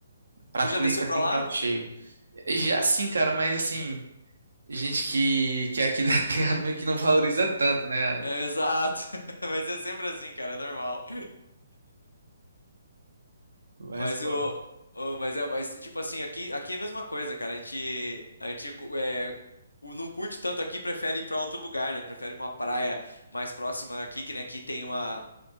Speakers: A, on the right; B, on the left.
A: pra
B: Tu
A: turista
B: já desceu
A: assim,
B: pra lá?
A: prato cheio. Já sim, cara, mas assim, gente que, que é aqui da <laughs> terra meio que não valoriza tanto, né?
B: É, exato. <laughs> Mas é sempre assim, cara, é normal. <laughs>
A: Mas,
B: Mas
A: pô,
B: o, o- mas é, mas, tipo assim, aqui, aqui é a mesma coisa, cara. A gente, a gente cu- é, cu- não curte tanto aqui, prefere ir pra outro lugar, né? Prefere uma praia mais próxima aqui, que, né, que tem uma